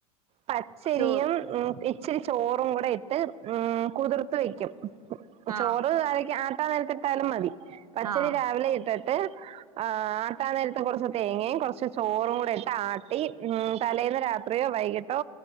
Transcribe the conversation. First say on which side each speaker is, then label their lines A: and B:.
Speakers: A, on the right; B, on the right.
A: പച്ചരിയും
B: ചോറും
A: ഉം ഇച്ചിരി ചോറുംകുട ഇട്ട് ഉം കുതിർത്ത് വെക്കും
B: ആഹ്
A: ചോറ് കാലക്ക് ആട്ടാ നേരത്തിട്ടാലും മതി പച്ചരി
B: ആഹ്
A: രാവിലെ ഇട്ട്ട്ട് ആഹ് ആട്ടാ നേരത്ത് കൊറ്ച്ച് തേങ്ങിം കൊറ്ച്ച് ചോറും കൂട ഇട്ട് ആട്ടി ഉം തലേന്ന് രാത്രി വൈകി ട്ടോ